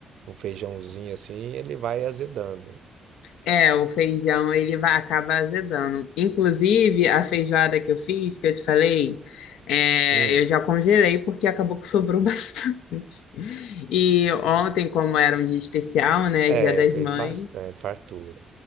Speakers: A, on the right; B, on the left.
A: Um feijãozinho assim, ele vai azedando, né?
B: É, o feijão, ele vai acabar azedando. Inclusive, a feijoada que eu fiz, que eu te falei, é,
A: Hum,
B: eu já congelei porque acabou que sobrou <laughs> bastante. E ontem, como era um dia especial, né,
A: é,
B: Dia das
A: fez
B: Mães,
A: bastante, fartura.